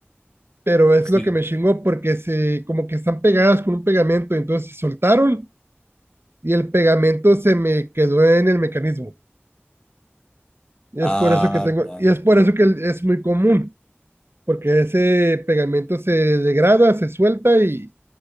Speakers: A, on the right; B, on the left.
A: Pero es
B: sí.
A: lo que me chingó porque se, como que están pegadas con un pegamento, entonces se soltaron y el pegamento se me quedó en el mecanismo. Es
B: Ah,
A: por eso que tengo,
B: ya
A: y
B: entiendo.
A: es por eso que es muy común, porque ese pegamento se degrada, se suelta y